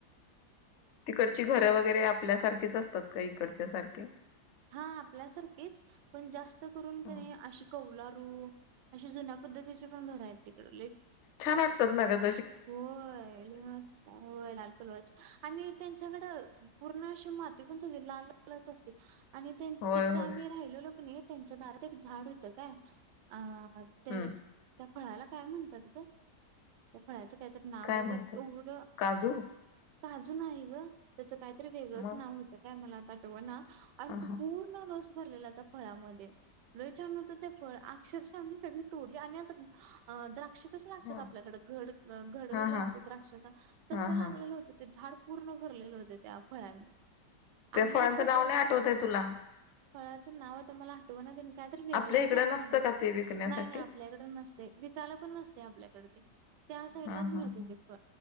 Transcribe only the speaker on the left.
तिकडची घरं वगैरे आपल्यासारखीच असतात का इकडच्या सारखे.
हा.
छान वाडतात नगद.
होय होय
हम्म
काय म्हणतात काजू
मग
ह हा
हा
हा
हा
हा
हा
त्या
फळांचं
नाव नाही आठवतय तुला
आपल्या इकडं
नसतं
का ते विकण्यासाठी
हा
हा